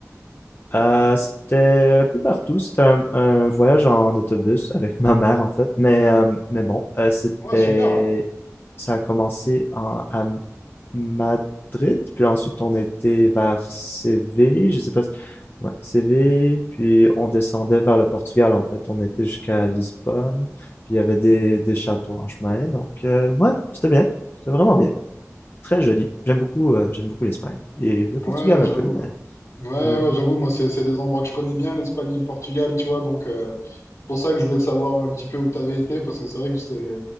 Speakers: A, on the left; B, on the left.
A: Euh, c'était un peu partout. C'était un, un voyage en autobus avec ma mère, en fait. Mais, euh, mais bon, euh, c'était...
B: Ouais, super.
A: Ça a commencé en, à Madrid, puis ensuite on était vers Séville, je sais pas si... Ouais, Séville, puis on descendait vers le Portugal, en fait. On était jusqu'à Lisbonne, puis il y avait des, des châteaux en chemin. Donc, euh, ouais, c'était bien. C'était vraiment bien. Très joli. J'aime beaucoup, euh, j'aime beaucoup l'Espagne. Et le Portugal
B: Ouais,
A: un
B: j'avoue.
A: peu, mais,
B: Ouais, ouais,
A: mais
B: ouais, j'avoue, moi, c'est c'est des endroits que je connais bien, l'Espagne et le Portugal, tu vois. Donc, euh, c'est pour ça que je voulais savoir un petit peu où tu avais été, parce que c'est vrai que c'est